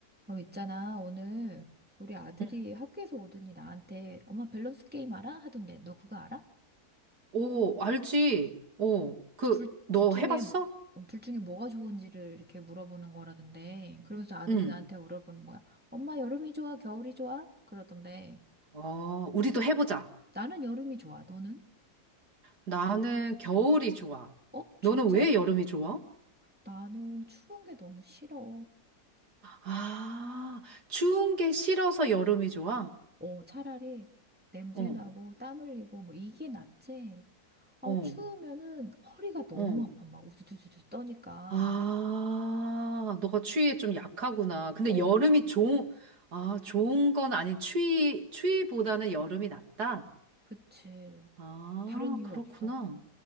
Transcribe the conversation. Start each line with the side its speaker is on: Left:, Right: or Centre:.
Centre: 어, 있잖아. 오늘 우리 아들이
Right: 응.
Centre: 학교에서 오더니 나한테 엄마 밸런스 게임 알아? 하던데 너 그거 알아?
Right: 오, 알지? 오, 그,
Centre: 둘,
Right: 너
Centre: 둘 중에
Right: 해봤어?
Centre: 어, 둘 중에 뭐가 좋은지를 이렇게 물어보는 거라던데 그러면서 아들이
Right: 응.
Centre: 나한테 물어보는 거야. 엄마 여름이 좋아? 겨울이 좋아? 그러던데
Right: 어, 우리도 해보자.
Centre: 나는 여름이 좋아. 너는?
Right: 나는 겨울이 좋아.
Centre: 어?
Right: 너는
Centre: 진짜?
Right: 왜 여름이 좋아?
Centre: 나는 추운 게 너무 싫어.
Right: 아, 추운 게 싫어서 여름이 좋아?
Centre: 어, 차라리 냄새
Right: 어,
Centre: 나고 땀 흘리고 뭐 이게 낫지. 어,
Right: 어,
Centre: 추우면은 허리가 너무
Right: 어.
Centre: 아파. 막 우두두두두 떠니까.
Right: 아, 너가 추위에 좀 약하구나. 근데
Centre: 엄청.
Right: 여름이 좋은, 아, 좋은 건 아닌, 추위, 추위보다는 여름이 낫다?
Centre: 그치.
Right: 아,
Centre: 다른 이유
Right: 그렇구나.
Centre: 없어.